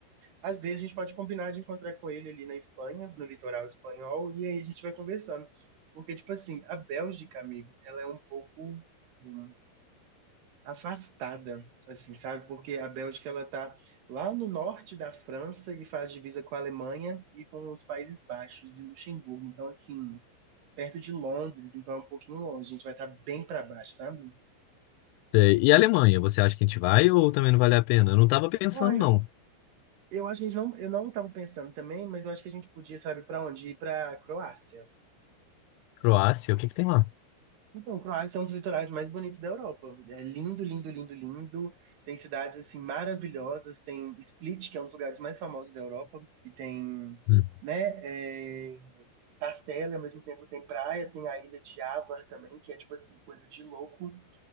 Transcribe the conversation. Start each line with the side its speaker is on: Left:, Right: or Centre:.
Right: Às vezes a gente pode combinar de encontrar com ele ali na Espanha, no litoral espanhol, e aí a gente vai conversando. Porque, tipo assim, a Bélgica, amigo, ela é um pouco. hum, afastada, assim, sabe? Porque a Bélgica ela tá lá no norte da França e faz divisa com a Alemanha e com os Países Baixos e Luxemburgo. Então, assim, perto de Londres, então é um pouquinho longe. A gente vai estar bem para baixo, sabe?
Left: Sei. E a Alemanha, você acha que a gente vai ou também não vale a pena? Eu não tava pensando,
Right: Olha,
Left: não.
Right: eu acho que a gente não, eu não estava pensando também, mas eu acho que a gente podia, sabe, para onde? Ir para Croácia.
Left: Croácia, o que que tem lá?
Right: Então, Croácia é um dos litorais mais bonitos da Europa. É lindo, lindo, lindo, lindo. Tem cidades assim maravilhosas. Tem Split, que é um dos lugares mais famosos da Europa, que tem,
Left: Hum.
Right: né, é, castelo, e ao mesmo tempo tem praia, tem a ilha de Ávar também, que é tipo assim coisa de louco,